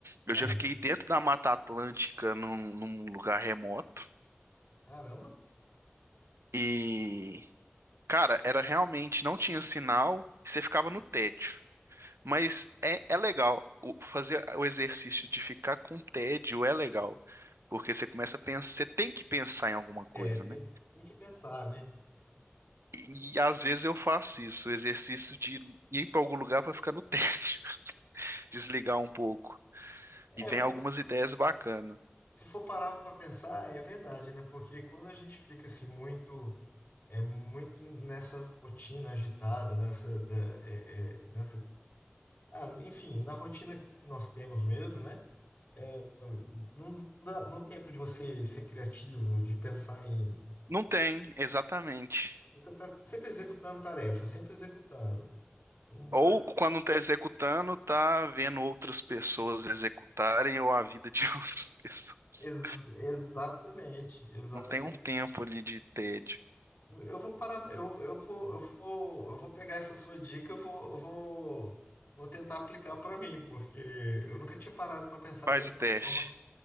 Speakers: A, on the left; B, on the right.
A: É,
B: Eu já fiquei
A: é,
B: dentro da Mata Atlântica num, num lugar remoto.
A: caramba,
B: E Cara, era realmente, não tinha sinal, você ficava no tédio. Mas é, é legal. O- fazer o exercício de ficar com tédio é legal. Porque você começa a pensar, você tem que pensar em alguma coisa,
A: é, tem,
B: né?
A: tem que pensar, né?
B: E, e às vezes eu faço isso, o exercício de ir para algum lugar para ficar no tédio, <laughs> desligar um pouco.
A: É,
B: E vem
A: mas
B: algumas ideias bacanas.
A: se for parar para pensar, é verdade, né? Porque quando a gente fica, assim, muito, é, muito nessa rotina agitada, nessa, da- é, é, nessa... Ah, enfim, na rotina que nós temos mesmo, né? É, não dá, não dá tempo de você ser criativo, de pensar em.
B: Não tem, exatamente.
A: Você está sempre executando tarefa, sempre executando. Não
B: Ou
A: vai-
B: quando está executando, tá vendo outras pessoas executarem ou a vida de <laughs> outras pessoas.
A: Ex- exatamente, exatamente.
B: Não tem um tempo ali de tédio
A: Eu vou parar, eu, eu vou, eu vou, eu vou pegar essa sua dica, eu vou, eu vou, vou tentar aplicar para mim, porque eu nunca tinha parado para pensar
B: Faz
A: dessa
B: o teste.
A: forma.